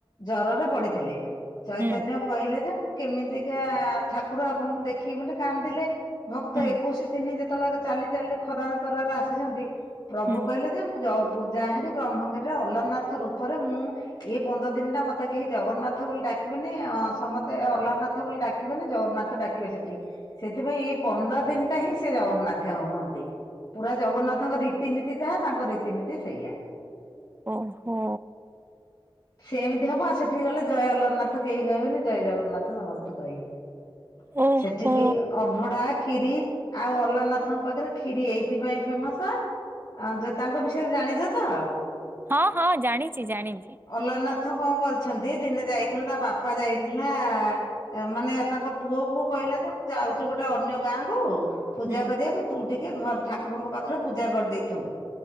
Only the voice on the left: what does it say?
ଜରରେ ପଡିଥିଲେ ଚୈତନ୍ୟ
କହିଲେ ଯେ କେମିତିକା ଠାକୁର ଆପଣଙ୍କୁ ଦେଖିବି ବୋଲି କାନ୍ଦିଲେ ଭକ୍ତ
ଏକୋଇଶି ଦିନ ଯେତେବେଳେ ଚାଲି ଚାଲି ଖରାରେ ତରାରେ ଆସିଛନ୍ତି ପ୍ରଭୁ
କହିଲେ ଯେ ମୁଁ ଯଉ ପୂଜା ହାରି ବ୍ରହ୍ମଗିରିରେ ଅଲରନାଥ ରୂପରେ ମୁଁ ଏଇ ପନ୍ଦର ଦିନ ଟା ମତେ କେହି ଜଗନ୍ନାଥ ବୋଲି ଡାକିବେନି ଅ ସମସ୍ତତେ ଅଲାନନାଥ ବୋଲି ଡାକିବେନି ଜଗନ୍ନା ନାଥ ଡାକିବେ ସେଠି ସେଥିପାଇଁ ଏଇ ପନ୍ଦର ଦିନଟା ହିଁ ସିଏ ଜଗନ୍ନାଥେ ହୁଅନ୍ତି। ପୁରା ଜଗନ୍ନାଥଙ୍କ ରୀତିନୀତି ଯାହା ତାଙ୍କ ରୀତିନୀତି ସେଇଆ।
ସେ ଏମିତି ହବ। ଆଉ ସେଠିକି ଗଲେ ଜୟ ଅଲାରନାଥ କେହି କହିବେନି ଜୟେ ଜଗ ନାଥ ସମସ୍ତେ କହିବେ।
ସେଠି ବି ଅଭଡାଆ ଖିରି ଆଉ ଅଲନାଥଙ୍କ ପାଖରେ ଖିରି ଏଇଥିପାଇଁ ଫେମସ ଆ ଯେ ତାଙ୍କ ବିଷୟରେ ଜାଣିଛ ତ?
ହଲାରନାଥ କଁ କରିଛନ୍ତି। ଦିନେ ଯାଇଥିଲା ତା ବାପା ଯାଇଥିଲା ଆ ମାନେ ତାଙ୍କ ପୁଅ କୁ କହିଲା ଯେ ମୁଁ ଯାଉଛି ଗୋଟେ ଅନ୍ୟ ଗାଁଆ କୁ ପୂଜା
କରିବାକୁ ତୁ ଟିକ୍ ୟେ ଘର ଠାକୁରଙ୍କ ପାଖରେ ପୂଜା କରିଦେଇଥବୁ